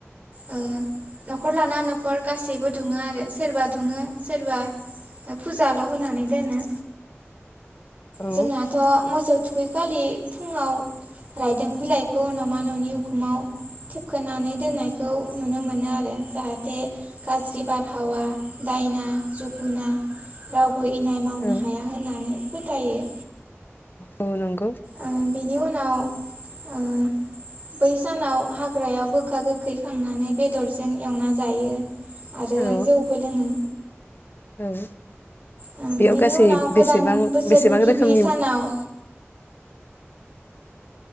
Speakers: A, on the right; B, on the left.
A: ओ न'खर लाना न'खर गासैबो दुमा आरो सोरबा दुमो सोरबा फुजाल' होनानै दोनो
B: औ
A: जोंनाथ' मोसौ थुखैखालि फुङाव रायदों बिलाइखौ न'मा न'नि उखुमाव थेबखनानै दोननायखौ नुनो मोनो आरो जाहाथे गाज्रि बारहावा दायना जोगुना राव बो इनाय मावनो
B: औ
A: हाया होननानै फोथायो
B: ओ नों
A: ओ बेनि उनाव ओ बै सानाव हाग्रायाव गोखा गोखै खांनानै बेदरजों एवना जायो। आरो
B: औ
A: जौबो लोङो।
B: औ
A: बिनि
B: बेयाव गासै
A: उनाव गोदान
B: बेसेबां
A: बोसोरनि
B: बेसेबां
A: गिबि
B: रोखोमनि
A: सानाव